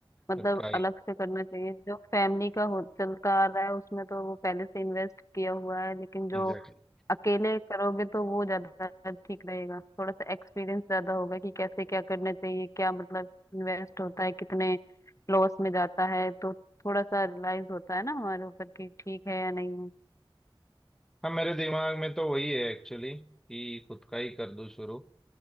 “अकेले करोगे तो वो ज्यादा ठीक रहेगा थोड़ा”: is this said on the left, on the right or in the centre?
Left